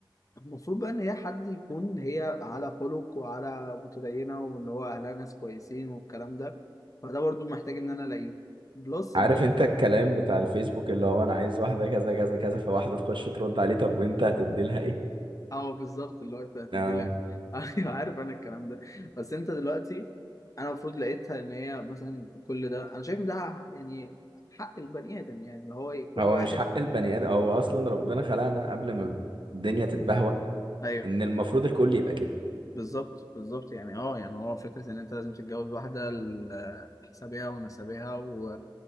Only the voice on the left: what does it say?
المفروض بقى ان هي حد يكون هي على خلق وعلى متدينه واللي هو اهلها ناس كويسين والكلام ده فده برضو محتاج ان انا الاقيه بلس
ان انا
اه بالظبط اللي هو انت هتدي
لها <laughs> ايوه عارف انا الكلام ده بس انت دلوقتي انا المفروض لقيتها ان هي مثلا كل ده انا شايف ان ده يعني حق البني ادم يعني اللي هو إيه، كل
واحد
ايوه
بالظبط بالظبط يعني اه يعني هو فكرة إن أنت لازم تتجوز واحدة ل- حسابها ونسبها و...